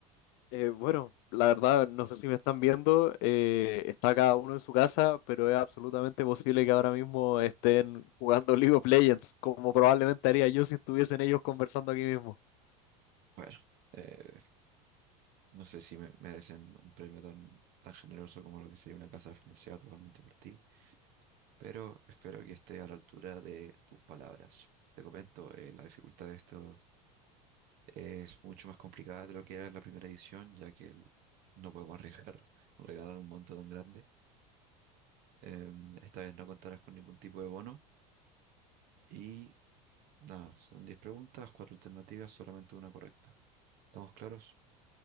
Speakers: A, on the left (about 60°); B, on the right (about 55°).
A: Eh, bueno, la verdad, no sé si me están viendo, eh, está cada uno en su casa, pero es absolutamente posible que ahora mismo estén jugando League of Legends, como probablemente haría yo si estuviesen ellos conversando aquí mismo.
B: Bueno, eh, no sé si me- merecen un premio tan, tan generoso como lo que sería una casa financiada totalmente por ti, pero espero que esté a la altura de tus palabras. Te comento, eh, la dificultad de esto Es mucho más complicada de lo que era la primera edición, ya que el- no podemos arriesgar <laughs> regalar un monto tan grande. Em, esta vez no contarás con ningún tipo de bono. Y nada, son 10 preguntas, cuatro alternativas, solamente una correcta. ¿Estamos claros?